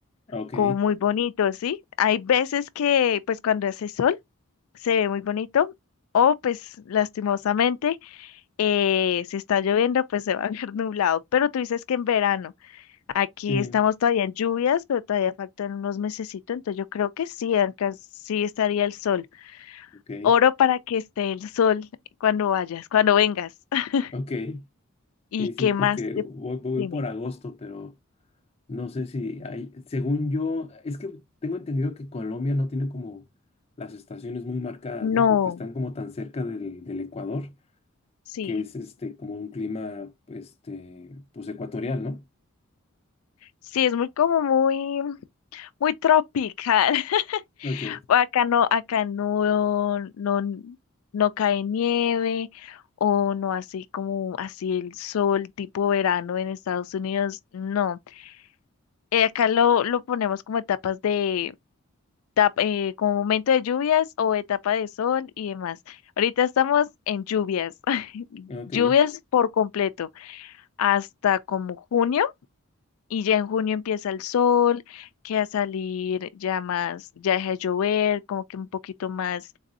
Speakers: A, on the left; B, on the left.
A: ok,
B: como muy bonito, ¿sí? Hay veces que pues cuando hace sol se ve muy bonito. O pues lastimosamente, eh, si está lloviendo, pues se va a ver <laughs> nublado. Pero tú dices que en verano. Aquí
A: sí,
B: estamos todavía en lluvias, pero todavía faltan unos mesecitos, entonces yo creo que sí, acá sí estaría el sol.
A: ok,
B: Oro para que esté el sol cuando vayas, cuando vengas. <laughs>
A: ok.
B: ¿Y
A: Sí,
B: qué
A: sí, porque
B: más? te-
A: voy, voy
B: Dime.
A: por agosto, pero no sé si hay, según yo, es que tengo entendido que Colombia no tiene como las estaciones muy marcadas,
B: No,
A: ¿no? Porque están como tan cerca del, del Ecuador,
B: sí.
A: que es este como un clima, este, pues ecuatorial, ¿no?
B: Sí, es muy como muy, muy tropical. <laughs>
A: Ok,
B: O Acá no, acá no, no, no cae nieve o no así como así el sol tipo verano en Estados Unidos, no. Eh, acá lo, lo ponemos como etapas de tap- eh, como momento de lluvias o etapa de sol y demás. Ahorita estamos en lluvias, <laughs>
A: ok,
B: lluvias por completo, hasta como junio, y ya en junio empieza el sol, que a salir ya más, ya deja de llover, como que un poquito más